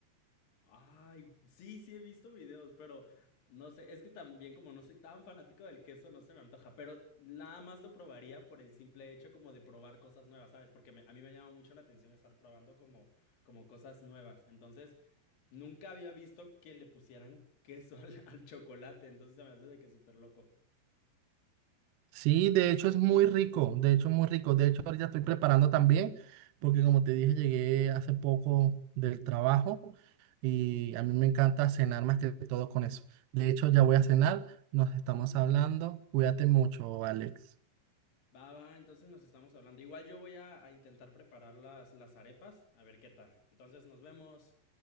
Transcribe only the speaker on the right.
Sí, de hecho es muy rico, de hecho es muy rico. De hecho, ahorita estoy preparando también, porque como te dije, llegué hace poco del trabajo y a mí me encanta cenar más que todo con eso. De hecho, ya voy a cenar, nos estamos hablando. Cuídate mucho, Alex.